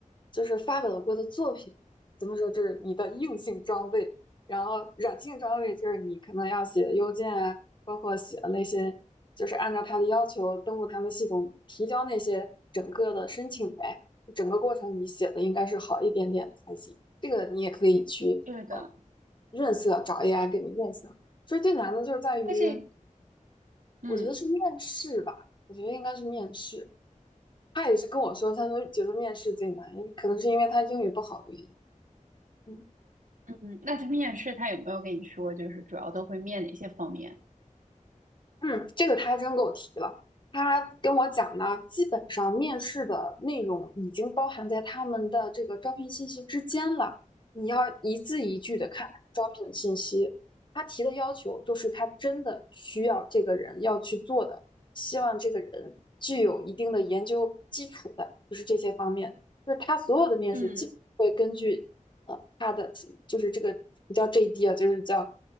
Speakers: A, on the left (about 35°); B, on the right (about 75°).
A: 就是发表过的作品。怎么说？就是你的硬性装备，然后软性装备就是你可能要写邮件啊，包括写的那些就是按照他的要求登录他们系统提交那些整个的申请呗。整个过程你写的应该是好一点点才行。这个你也可以去
B: 是的，
A: 润色，找 AI 给你润色。其实最难的就是在于，
B: 而且，嗯
A: 我觉得是面试吧，我觉得应该是面试。他也是跟我说，他说觉得面试最难，可能是因为他英语不好的原因。嗯
B: 嗯，那他面试他有没有跟你说，就是主要都会面哪些方面？
A: 嗯，这个他还真给我提了。他跟我讲呢，基本上面试的内容已经包含在他们的这个招聘信息之间了。你要一字一句的看招聘信息。他提的要求就是他真的需要这个人要去做的，希望这个人具有一定的研究基础的，就是这些方面。就是他所有的面试基本会根据呃他的就是这个不叫
B: 嗯
A: JD 啊，就是叫